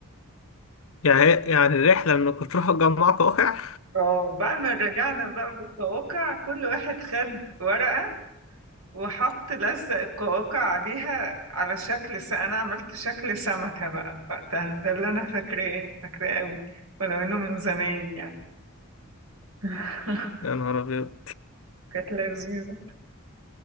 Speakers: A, on the left; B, on the right.
A: يعني يعني الرحله انكم تروحوا تجمعوا واقع
B: اه بعد ما رجعنا بقى بالقواقع كل واحد خد ورقة وحط لزق القواقع عليها على شكل س... انا عملت شكل سمكة بقى وقتها ده اللي انا فاكراه فاكراه قوي ولو انه من زمان يعني <laughs>
A: يا نهار ابيض
B: كانت لذيذة